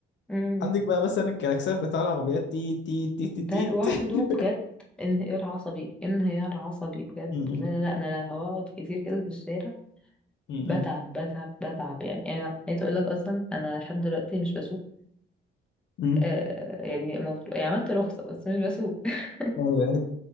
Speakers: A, in the centre; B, on the left (about 65°).
A: امم
B: عندك بقى مثلا الكلاكسات بتاع العربيات تي تي تي تي
A: ده لوحده
B: تي <laughs>
A: بجد انهيار عصبي انهيار عصبي بجد
B: م- م-
A: لا لا لا انا لما بقعد كتير كده في الشارع
B: م-
A: بتعب بتعب بتعب يعني انا عايز اقول لك اصلا انا لحد دلوقتي مش بسوق
B: م.
A: آه يعني المفروض يعني عملت رخصة بس مش بسوق <laughs>
B: أيوة، يعني،